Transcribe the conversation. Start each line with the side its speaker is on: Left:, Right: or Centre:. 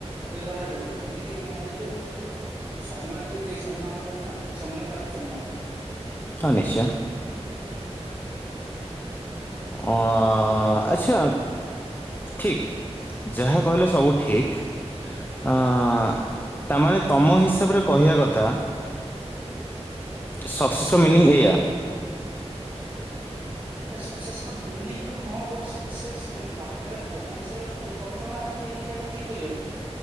Right: ବ୍ୟବହାର କରିବାକୁ ଯେମତି କହନ୍ତି ସବୁ ଗୋଟେ ଗୋ ସମୟକୁ ଯିଏ ସମ୍ମାନ କରେ ନା ସମୟ ତାକୁ ସମ୍ମାୟ
Left: ହଁ ନିଶ୍ଚୟ। ଓଁ ଆଚ୍ଛା। ଠିକ ଯାହା କହିଲେ ସବୁ ଠିକ ଆଁ ତାମାନେ ତମ ହିସାବରେ କହିବା କଥା ଉଁ ସକ୍ସୋ ମିନିଂ ଏଇଆ
Right: ସକ୍ସେସ ର ମିନିଂ ତ ନୁହଁ ଗୁଟ୍ ସକ୍ସେସ ବା ଖରେ ପହଞ୍ଚିବାକୁ ପ୍ରଥମେ ଆମକୁ ଏଇ ଦିଟାକୁ ଠିକ କରିବାକୁ